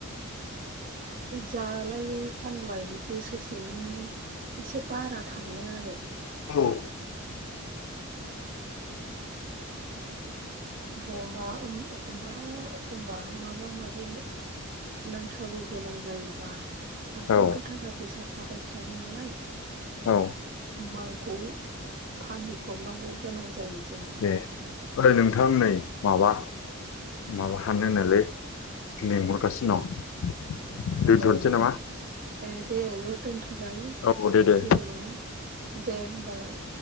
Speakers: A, on the right (about 40°); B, on the left (about 65°).
A: जालाय फानलाय बोसोरसेनि एसे बारा थाङो आरो
B: <unintelligible>
A: बमा एखमबा एखमबा माबा माबिनो। नांथारौ गोनां जायोब्ला आखयावथ'
B: औ
A: थाखा फैसा थाबाय थाया नालाय।
B: औ
A: माइखौ फानहैब्रबनांगौ गोनां जायो। जोंहा
B: ए ओइ नोंथां नै माबा माबा हाननो नोलै होननायलाय लिंहरगासिनो दं। दोनथ'नोसै
A: ए
B: नामा
A: ए दे दोनथ'जायो
B: औ दे दे
A: जेबो नङा। दे होमबालाय।